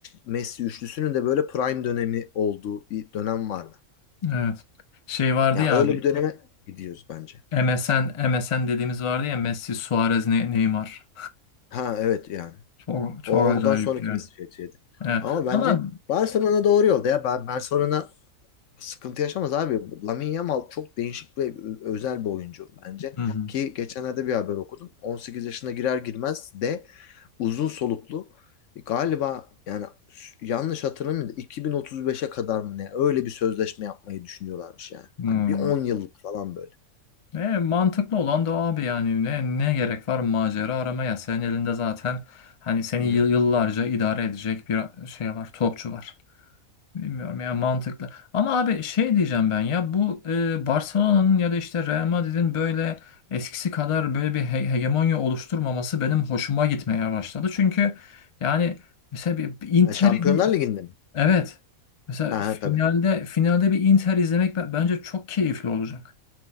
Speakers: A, on the left; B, on the left.
A: Messi üçlüsünün de böyle prime dönemi olduğu bir dönem vardı.
B: Evet. Şey vardı
A: Ya
B: ya
A: öyle
B: abi.
A: bir döneme gidiyoruz bence.
B: M S N M S N dediğimiz vardı ya Messi, Suarez, Ne- Neymar.
A: Ha evet yani.
B: Çok, çok
A: O ondan
B: acayip
A: sonraki
B: yani.
A: Messi şeydi.
B: Evet.
A: Ama
B: Ama
A: bence Barcelona doğru yolda ya. Ben Barcelona Sıkıntı yaşamaz abi. Lamine Yamal çok değişik ve ö- özel bir oyuncu bence.
B: hı hı.
A: Ki geçenlerde bir haber okudum. 18 yaşına girer girmez de uzun soluklu E, galiba yani s- yanlış hatırlamıyorum da 2035'e kadar mı ne öyle bir sözleşme yapmayı düşünüyorlarmış yani.
B: Hı.
A: Yani bir 10 yıllık falan böyle.
B: E, mantıklı olan da o abi yani ne, ne gerek var macera aramaya? Senin elinde zaten hani seni
A: Hı hı.
B: yıl- yıllarca idare edecek bir şey var, topçu var. Bilmiyorum ya mantıklı. Ama abi şey diyeceğim ben ya bu e, Barcelona'nın ya da işte Real Madrid'in böyle eskisi kadar böyle bir he- hegemonya oluşturmaması benim hoşuma gitmeye başladı. Çünkü yani mesela bir bir Inter'i
A: Ha, Şampiyonlar
B: bir
A: Ligi'nde mi?
B: evet mesela
A: Ha,
B: finalde
A: ha tabii.
B: finalde bir Inter izlemek be- bence çok keyifli olacak.